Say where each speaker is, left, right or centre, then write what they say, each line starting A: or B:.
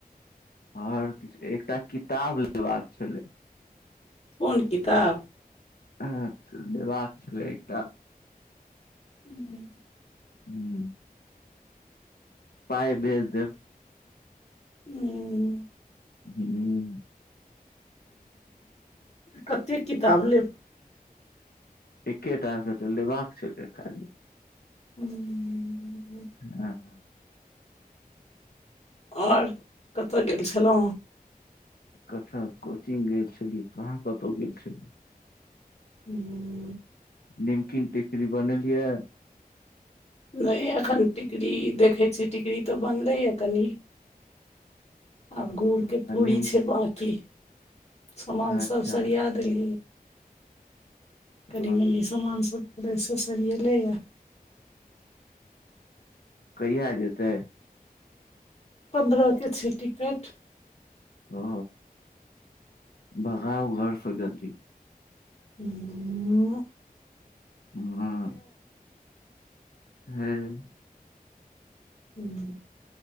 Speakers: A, on the left (about 80°); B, on the left (about 45°).
A: आओर किछु एकटा किताब लेबा कऽ छलै
B: कोन किताब।
A: हैत लेबाक छलै एकटा
B: हूँ
A: ह पाइ भेज देब।
B: ह
A: ह
B: कतेक किताब लेब
A: एकेटा से तऽ लेबा कऽ छलै खाली
B: हूँ।
A: हँ हँ।
B: आओर कतहु गेल छलहुँ।
A: कत कोचिग गेल छली कहाँ कतौ गेल छलियै
B: ह
A: निम किन टिकरी बनेलियै
B: नहि एखन टिकड़री देखैत छीयै टिकड़ी त बनलैए कनि आब
A: आ
B: गुड़के पूरी
A: निम
B: छै बाकि सामान
A: अच्छा
B: सभ सरिया देलियै कनि
A: ओ
B: म समान सभ वैह सभ सरिएलैए
A: कहिया जेतै।
B: पन्द्रह के छै टिकट
A: ओ भगाउ घरसे जल्दी
B: हूँ
A: हूँ हूँ हँ।
B: हूँ।